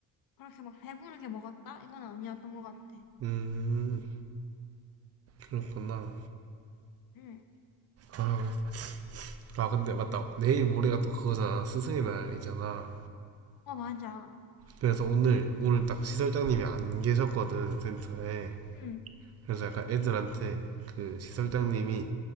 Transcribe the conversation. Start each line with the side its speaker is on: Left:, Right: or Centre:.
Left: 그렇게 막 배부르게 먹었다? 이건 아니었던 것 같아.
Right: 음, 그렇구나.
Left: 응.
Right: 아, 아, 근데 맞다. 내일 모레가 또 그거잖아. 스승의 날이잖아.
Left: 어, 맞아.
Right: 그래서 오늘, 오늘 딱 시설장님이 안 계셨거든, 센터에.
Left: 응.
Right: 그래서 약간 애들한테 그 시설장님이